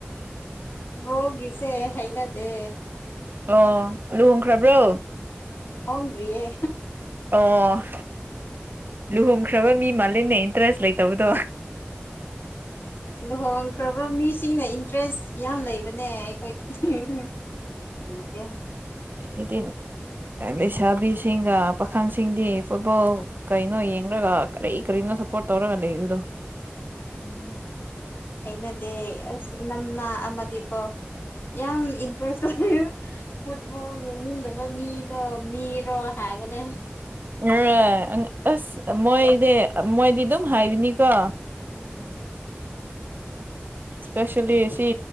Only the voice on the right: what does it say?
ꯑꯣ ꯂꯨꯍꯣꯡꯈ꯭ꯔꯕ꯭ꯔꯣ
ꯑꯣ ꯂꯨꯍꯣꯡꯈ꯭ꯔꯕ ꯃꯤ ꯃꯥꯜꯂꯤꯅꯦ ꯏꯟꯇꯔꯦꯁ ꯂꯩꯇꯕꯗꯣ
ꯑꯩꯗꯤ ꯂꯩꯁꯥꯕꯤꯁꯤꯡꯒ ꯄꯥꯈꯪꯁꯤꯡꯗꯤ ꯐꯨꯠꯕꯣꯜ ꯀꯩꯅꯣ ꯌꯦꯡꯂꯡꯒ ꯀꯔꯤ ꯀꯔꯤꯅꯣ ꯁꯞꯄꯣꯔꯠ ꯇꯧꯔꯒ ꯂꯩꯕꯗꯣ
ꯍꯣꯏ ꯑꯁ ꯃꯣꯏꯗꯤ ꯃꯣꯏꯗꯤ ꯑꯗꯨꯝ ꯍꯥꯏꯕꯅꯤꯀꯣ
ꯏꯁꯄꯦꯁꯦꯜꯂꯤ ꯁꯤ